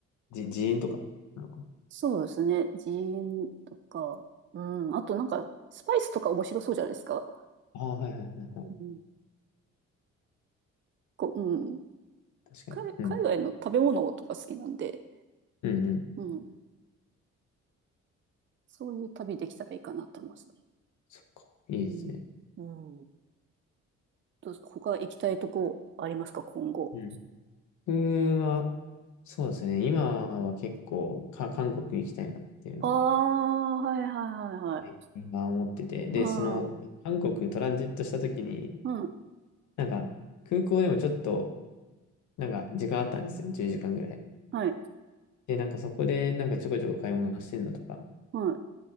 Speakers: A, on the left; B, on the right.
A: じ、自演とかなのかな。
B: そうですね。寺院とか、うん。あとなんか、スパイスとか面白そうじゃないですか。
A: ああ、はいはいはいはい。
B: うん。こう、うん。
A: 確かに。
B: 海、
A: うん。
B: 海外の食べ物とか好きなんで、
A: うんうん。
B: うん。そういう旅できたらいいかなと思いますね。
A: そっか。いいですね。
B: うん。うん。どうす他行きたいとこありますか、今後。
A: うん。僕は、そうですね。今は結構か、韓国行きたいなっていうのを、
B: ああ、はいはいはいはい。
A: ね今思ってて。で、
B: ああ、
A: その、韓国トランジットした時に、
B: うん。
A: なんか、空港でもちょっと、なんか、時間あったんですよ。10時間ぐらい。
B: はい。
A: で、なんかそこで、なんかちょこちょこ買い物してるのとか、
B: はい。